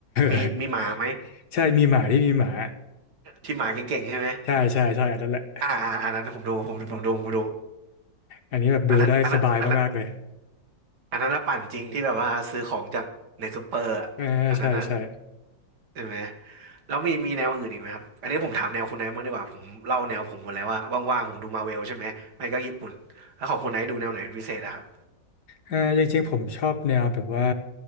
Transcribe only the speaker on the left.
<laughs> ใช่มีหมาที่มีหมา
ใช่ใช่ใช่อันนั้นแหละ
อันนี้แบบดูได้สบายมากๆเลย
อ่าใช่ใช่
อ่าจริงๆผมชอบแนวแบบว่า